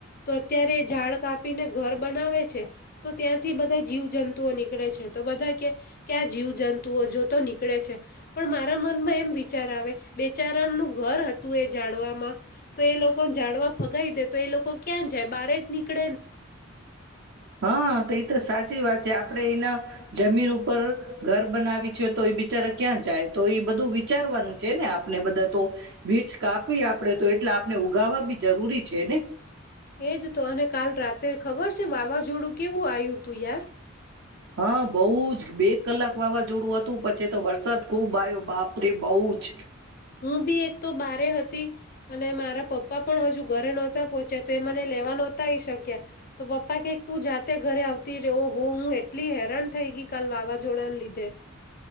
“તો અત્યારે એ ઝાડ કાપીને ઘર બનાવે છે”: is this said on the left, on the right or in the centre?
Left